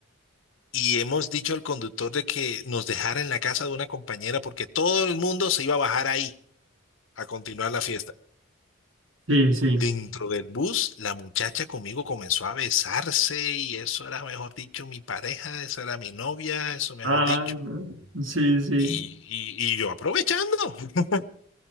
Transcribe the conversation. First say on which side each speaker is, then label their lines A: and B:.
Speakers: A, on the left (about 65°); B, on the right (about 65°).
A: y hemos dicho al conductor de que nos dejara en la casa de una compañera porque todo el mundo se iba a bajar ahí a continuar la fiesta.
B: Sí, sí.
A: Dentro del bus, la muchacha conmigo comenzó a besarse y eso era, mejor dicho, mi pareja, esa era mi novia, eso mejor
B: Ah,
A: dicho.
B: no, sí, sí.
A: Y, y, y yo aprovechando. <laughs>